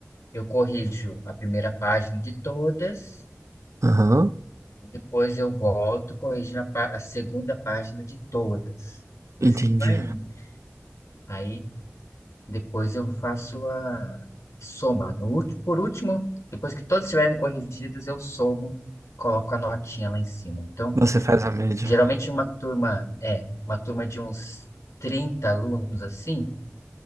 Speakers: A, on the left; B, on the right.
A: eu corrijo a primeira página de todas
B: Aham.
A: e depois eu volto corrigindo a, pá- a segunda página de todas. E
B: Entendi.
A: assim vai indo. Aí Depois eu faço a soma. No último, por último, depois que todas estiverem corrigidas, eu somo e coloco a notinha lá em cima. Então,
B: Você faz a média.
A: geralmente uma turma é uma turma de uns 30 alunos assim,